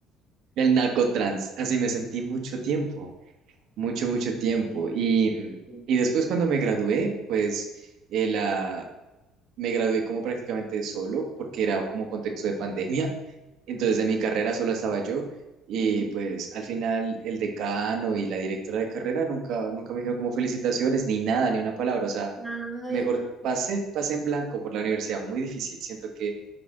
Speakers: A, on the right (about 60°); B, in the centre.
A: el naco trans, así me sentí mucho tiempo mucho, mucho tiempo.
B: Ay,
A: Y,
B: sí.
A: y después cuando me gradué, pues eh, la, me gradué como prácticamente solo, porque era como contexto de pandemia. Entonces de mi carrera solo estaba yo. Y
B: Ujú.
A: pues al final el decano y la directora de carrera nunca, nunca me dijeron como felicitaciones, ni nada, ni una palabra. O sea,
B: Ay,
A: mejor
B: no.
A: pasé, pasé en blanco por la universidad. Muy difícil. Siento que